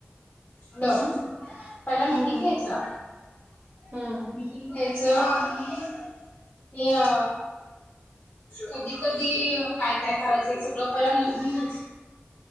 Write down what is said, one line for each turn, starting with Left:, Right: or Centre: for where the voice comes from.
Left: हॅलो,
Right: हम्म
Left: पहिला
Right: हम्म
Left: मिटिंग घ्यायचं.
Right: हम्म हम्म
Left: मीटिंग घ्यायचं आणि ते अ. कधी कधी कायं कायं करायचं हे सगळं पहिला लिहून घ्यायचं.